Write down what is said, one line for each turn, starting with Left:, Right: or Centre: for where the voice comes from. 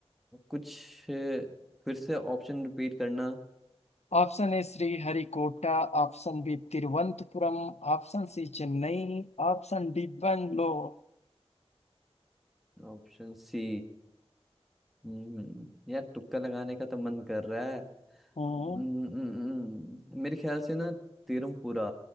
Centre: कुछ अ, फिर से ऑप्शन रिपीट करना
Left: Option A श्रीहरिकोटा option B तिरुवनंतपुरम option C Chennai option D Bangalore
Centre: Option C हम्म यार तुक्का लगाने का तो मन कर रहा है हम्म,
Left: हम्म,
Centre: हम्म, हम्म, मेरे ख्याल से ना तिरुमपुरा